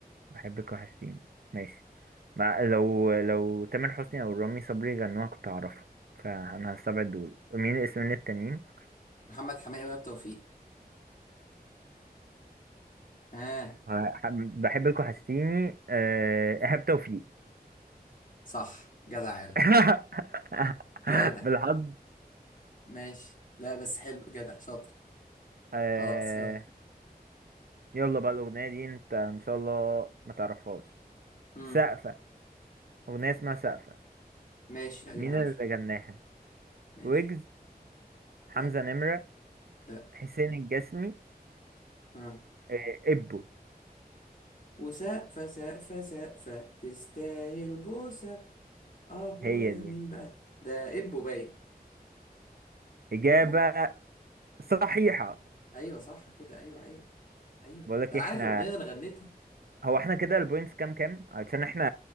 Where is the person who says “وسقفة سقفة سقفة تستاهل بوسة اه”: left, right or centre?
Left